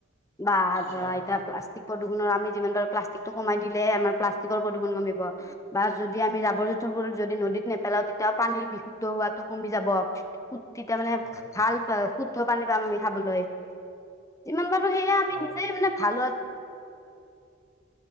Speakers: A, on the left; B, on the left.
A: বা ধৰা
B: হয়
A: এতিয়া <unintelligible> যিমান পাৰো প্লাষ্টিকটো কমাই দিলে আমাৰ প্লাষ্টিকৰ প্ৰদূষণ কমিব বা যদি আমি জাবৰ জোঁথৰবোৰত যদি নদীত নেপেলাও তেতিয়া পানী বিশুদ্ধ হোৱাতটো কমি যাব তেতিয়া মানে
B: হয়
A: ভাল শুদ্ধ পানী পাম আমি খাবলৈ যিমান পাৰো সেয়া আমি
B: হয়
A: নিজে মানে ভাল